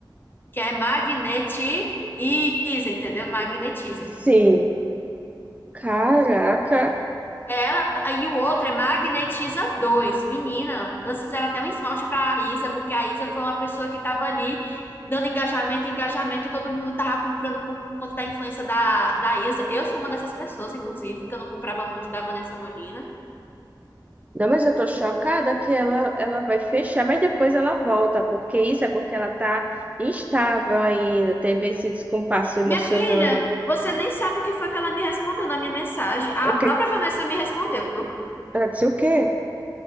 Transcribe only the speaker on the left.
que é magnetiza, entendeu? Magnetiza.
É, aí o outro é Magnetiza dois, Menina, elas fizeram até um esmalte pra Isa, porque a Isa foi uma pessoa que tava ali dando engajamento, engajamento, todo mundo tava comprando por conta da influência da, da Isa. Eu sou uma dessas pessoas, inclusive, que eu não comprava muito da Vanessa Molina.
Minha filha, você nem sabe o que foi que ela me respondeu na minha mensagem. A
própria
Vanessa me respondeu.